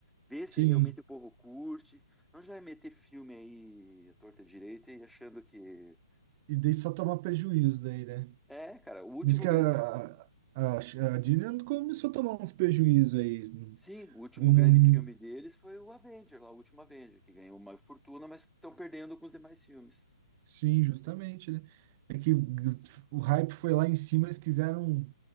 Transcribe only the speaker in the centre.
vê se
realmente o povo curte, não já é meter filme aí à torta e à direita e achando que
é, cara, o último
grande
Sim, o último
grande
filme deles foi o Avenger, lá, o último Avenger, que ganhou uma fortuna, mas estão perdendo com os demais filmes.